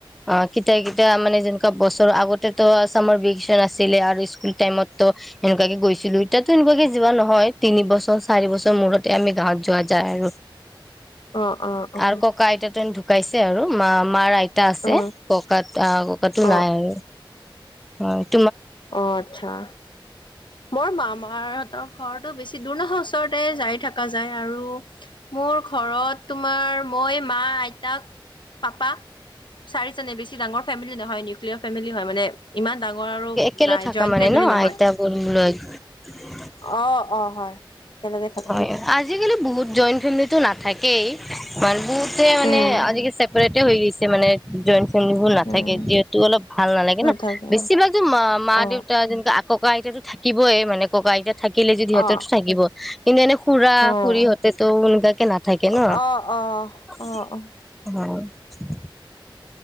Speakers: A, in the centre; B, on the left.
A: অ', কিতিয়া, কিতিয়া মানে যেনেকুৱা বছৰৰ আগতেটো চামাৰ ভেকিচন আছিলে আৰু ইস্কুল টাইমতো সেনেকুৱাকে গৈছিলোঁ, এতিয়া এনেকুৱাকে যোৱা নহয়, তিনিবছৰ, চাৰিবছৰ মূৰতে আমি গাঁৱত যোৱা যায় আৰু।
B: অ অ অ
A: আৰু ককা আইতাটো ঢ়ু ঢ়ুকাইছে আৰু মা মাৰ আই তা আছে,
B: অ
A: ককাত আ, ককাতো
B: অ
A: নাই আৰু অ'
B: অ', আচ্ছা। মই মামাহঁতৰ ঘৰতো বেছি দূৰ নহয় ওচৰতে যায় থাকা যায় আৰু, মোৰ ঘৰত তোমাৰ মই, মা, আইতাক, পাপা। চাৰিজনে, বেছি ডাঙৰ ফেমিলি নহয়, নিউক্লিয়াৰ ফেমিলি হয় মানে, ইমান ডাঙৰ আৰু
A: একেলৈ
B: নাই
A: থাকা
B: জইণ্ট
A: মানে
B: ফেমিলি
A: ন,
B: নহয়
A: আইতা <unintelligible>
B: অ অ হয় একেলগে থাকো
A: হয়, আজিকালি বহুত জইণ্ট ফেমিলিতো নাথাকেই <unintelligible> <unintelligible> ‌ মানে
B: উম
A: আজি <unintelligible> হৈ গৈছে মানে জইন মানুহবোৰ নাথাকে
B: উম
A: যিহেতু অলপ ভাল নালাগে
B: নাথাকে
A: ন, বেছি ভাগ যে মা, মা
B: অ
A: দেউতা যেনেকৈ আক ককা আইতাতো থাকিবই মানে, ককা আইতা থাক <inaudible>
B: অ
A: তাতো থাকিব, কিন্তু এনে খুৰা,
B: অ
A: খুুৰীহঁতেতো
B: অ
A: <unintelligible> নাথাকে ন?
B: অ', অ', অ',
A: শিক
B: অ',
A: <unintelligible>